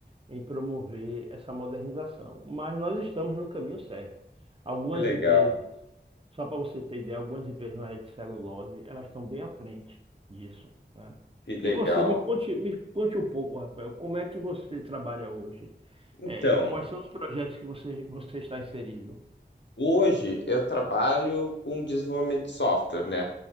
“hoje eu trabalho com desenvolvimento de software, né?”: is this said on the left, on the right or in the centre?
Left